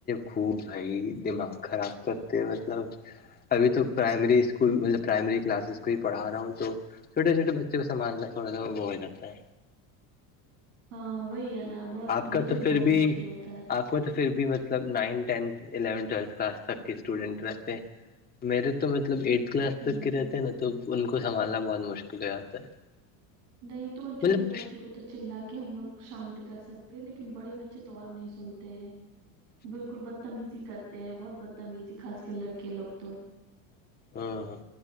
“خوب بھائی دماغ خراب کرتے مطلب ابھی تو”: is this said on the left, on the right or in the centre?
Left